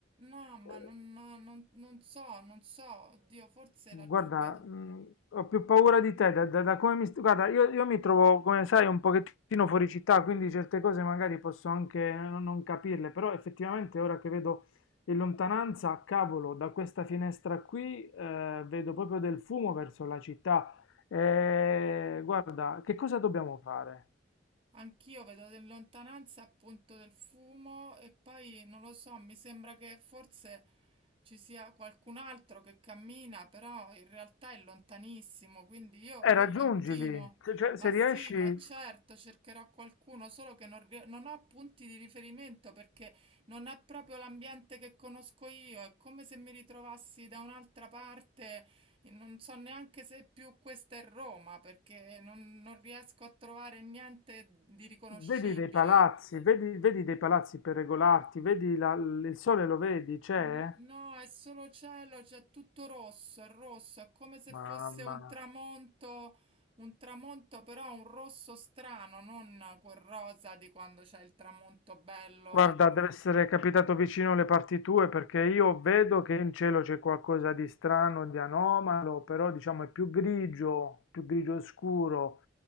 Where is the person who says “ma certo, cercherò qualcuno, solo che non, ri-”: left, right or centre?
Right